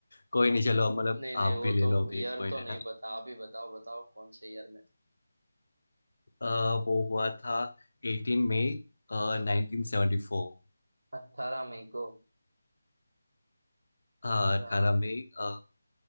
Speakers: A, on the left; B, on the right.
A: कोई नहीं चलो अब मतलब
B: नहीं
A: आप
B: नहीं वो
A: भी ले
B: तो
A: लो अभी
B: ईयर
A: एक पॉइंट
B: तो
A: है ना
B: नहीं पता आप ही बताओ बताओ कौन से ईयर में
A: अ, वो हुआ था एटीन मई नाइनटीन सेवेंटी फोर
B: था अट्ठारह मई को
A: हाँ
B: अच्छा
A: अठारह मई अ,